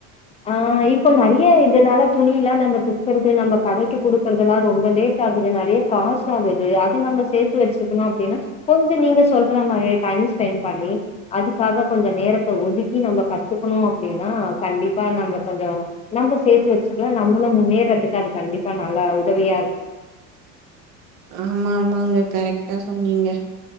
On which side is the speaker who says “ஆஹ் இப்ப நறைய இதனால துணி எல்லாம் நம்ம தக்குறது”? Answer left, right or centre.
Left